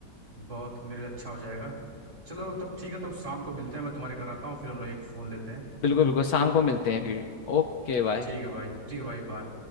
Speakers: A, on the right; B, on the left.
A: बहुत मेरे लिए अच्छा हो जाएगा चलो तब ठीक है तो शाम को मिलते हैं मैं तुम्हारे घर आता हूँ फिर हम लोग एक फ़ोन लेते हैं
B: बिल्कुल बिल्कुल शाम को मिलते हैं फिर Okay bye
A: ठीक है भाई ठीक है भाई बाय